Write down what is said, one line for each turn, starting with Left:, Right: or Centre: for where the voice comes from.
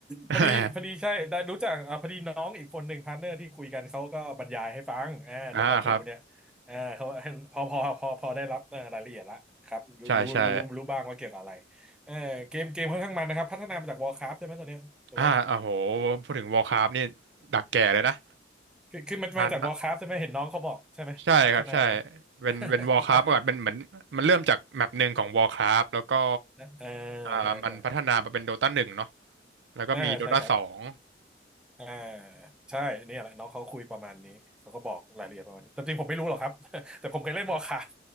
Right: <laughs>
Centre: พอดีพอดีใช่ได้รู้จักอ่าพอดีน้องอีกคนหนึ่งพาร์ทเนอร์ที่คุยกันเขาก็บรรยายให้ฟังอ่าโดตาทูเนี่ย
Right: อ่าครับ
Centre: อ่าเขา <laughs> พอพอพอพอได้รับอ่ารายละเอียดละครับรู้รู้รู้รู้บ้างว่าเกี่ยวกับอะไร
Right: ใช่ใช่
Centre: เออเกมเกมค่อนข้างมันนะครับพัฒนามาจาก Warcraft ใช่ไหมตัวเนี้ยถูกไหม
Right: อ่าโอ้โหพูดถึง Warcraft นี่ดักแก่เลยนะ
Centre: คือคือมันมาจาก
Right: ทันนะ
Centre: Warcraft ใช่ไหมเห็นน้องเขาบอกใช่ไหมพัฒนา
Right: ใช่ครับใช่เป็นเป็น
Centre: <laughs>
Right: Warcraft
Centre: ใช่
Right: เมื่อก่อนเป็นเหมือนมันเริ่มจากแมปหนึ่งของ Warcraft แล้วก็
Centre: <laughs> เออ
Right: อ่ามันพัฒนามาเป็น
Centre: ใช่ใช่
Right: Dota หนึ่งเนาะ แล้วก็มี
Centre: เออใช่ครับ
Right: d o t าสอง
Centre: อ่าใช่เนี่ยแหละน้องเขาคุยประมาณนี้เขาก็บอกรายละเอียดประมาณนี้แต่จริงผมไม่รู้หรอกครับ <laughs> แต่ผมเคยเล่น Warcraft